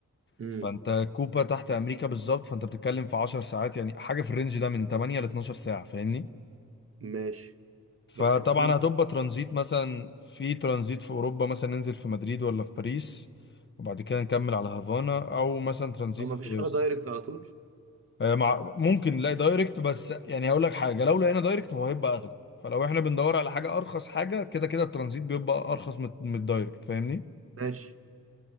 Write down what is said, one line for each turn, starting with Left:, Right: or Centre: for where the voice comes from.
Right: امم
Left: فانت كوبا تحت امريكا بالظبط فانت بتتكلم في 10 ساعات يعني حاجه في الرينج ده من 8 ل 12 ساعه فاهمني
Right: ماشي
Left: فطبعا
Right: بس كتير
Left: هتبقى ترانزيت مثلا في ترانزيت في اوروبا مثلا ننزل في مدريد ولا في باريس وبعد كده نكمل على هافانا او مثلا ترانزيت
Right: او مفيش
Left: في
Right: حاجه دايركت على طول
Left: آه، مع ممكن نلاقي دايركت بس يعني هقول لك حاجه لو لقينا دايركت هو هيبقى اغلى فلو احنا بندور على حاجه ارخص حاجه كده كده الترانزيت بيبقى ارخص من من الدايركت فاهمني
Right: ماشي